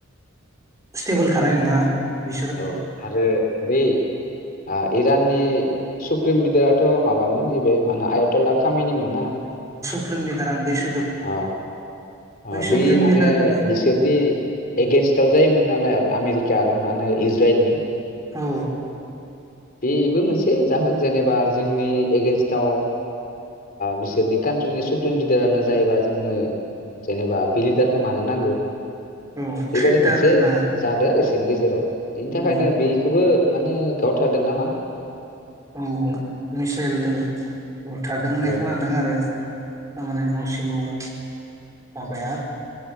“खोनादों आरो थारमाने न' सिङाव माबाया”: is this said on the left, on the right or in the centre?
Right